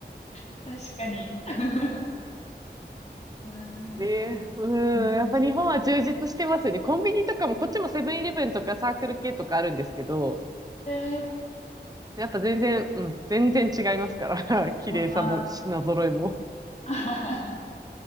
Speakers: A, on the left; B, on the right.
A: <laughs> 確かに。<laughs> いやー、
B: ねえ、うん、
A: うん。
B: やっぱ日本は充実してますよね。コンビニとかも、こっちもセブンイレブンとかサークル系とかあるんですけど、
A: えー、
B: やっぱ全然、うん、全然違いますから、<laughs> 綺麗さも品揃えも。
A: あー